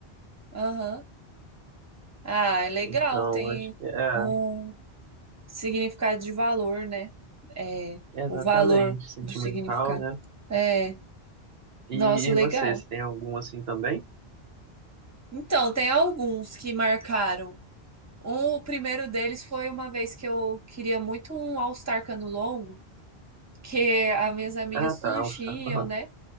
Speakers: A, on the right (about 15°); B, on the right (about 70°).
A: Aham. Ah, é legal,
B: Então,
A: tem
B: acho que é,
A: um significado de valor, né? É,
B: é exatamente,
A: o valor
B: sentimental,
A: do significado.
B: né?
A: É,
B: E,
A: nossa,
B: e
A: legal.
B: você, você tem algum assim também?
A: Então, tem alguns que marcaram. Um, o primeiro deles foi uma vez que eu queria muito um All-Star cano longo, que as minhas amigas
B: Ah,
A: tudo
B: tá,
A: tinham,
B: All Star. aham.
A: né?